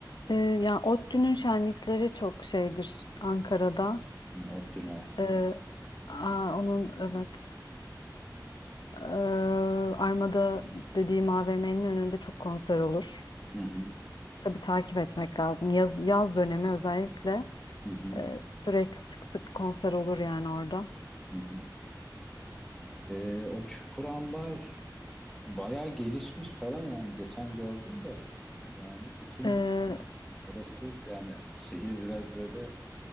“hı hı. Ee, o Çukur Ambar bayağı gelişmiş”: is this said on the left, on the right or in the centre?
Centre